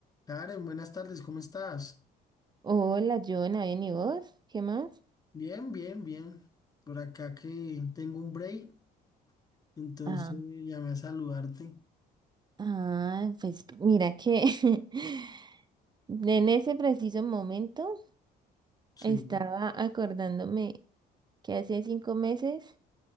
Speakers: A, on the left; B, on the right.
A: Karen, buenas tardes, ¿cómo estás?
B: Hola, Jonah, bien, ¿y vos? ¿Qué más?
A: Bien, bien, bien. Por acá que tengo un break, entonces
B: Ah,
A: llamé a saludarte.
B: Ah, pues mira que <laughs> en ese preciso momento
A: Sí.
B: estaba acordándome que hace cinco meses